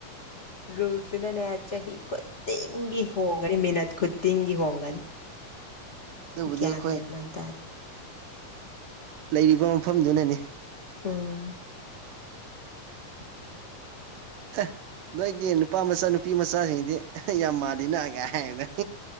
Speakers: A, on the left; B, on the right.
A: ꯔꯨꯜꯁꯤꯅꯅꯦ ꯆꯍꯤ ꯈꯨꯗꯤꯡꯒꯤ ꯍꯣꯡꯒꯅꯤ ꯃꯤꯅꯠ ꯈꯨꯗꯤꯡꯒꯤ ꯍꯣꯡꯒꯅꯤ
B: ꯗꯕꯨꯗꯤ
A: ꯒ꯭ꯌꯥꯟ
B: ꯈꯣꯏꯣꯏ
A: ꯃꯦꯟ ꯃꯥꯟ ꯇꯥꯗꯦ
B: ꯂꯩꯔꯤꯕ ꯃꯐꯝꯗꯨꯅꯅꯤ
A: ꯎꯝ <unintelligible>
B: ꯑ ꯅꯣꯏꯒꯤ ꯅꯨꯄꯥ ꯃꯆꯥ ꯅꯨꯄꯤ ꯃꯆꯥꯁꯤꯡꯗꯤ ꯌꯥꯝ ꯃꯥꯜꯂꯤ ꯅꯥꯑꯒꯦ ꯍꯥꯏꯕꯗꯅꯤ